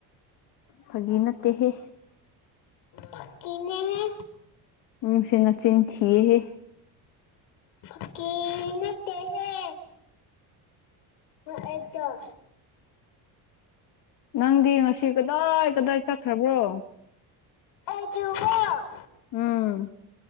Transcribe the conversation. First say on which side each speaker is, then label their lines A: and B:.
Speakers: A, on the left; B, on the left.
A: ꯐꯥꯒꯤ ꯅꯠꯇꯦꯍꯦ
B: ꯐꯥꯒꯤꯅꯦꯍꯦ
A: ꯎꯝ ꯅꯡꯁꯦ ꯅꯆꯤꯟ ꯊꯤꯌꯦ
B: ꯐꯥꯒꯤ ꯅꯠꯇꯦꯍꯦ ꯑꯗꯣ ꯑꯩꯗꯣ
A: ꯅꯪꯗꯤ ꯉꯁꯤ ꯀꯗꯥꯏ ꯀꯗꯥꯏ ꯆꯠꯈ꯭ꯔꯕ꯭ꯔꯣ
B: ꯑꯣ ꯑꯩꯗꯨꯕꯣ
A: ꯎꯝ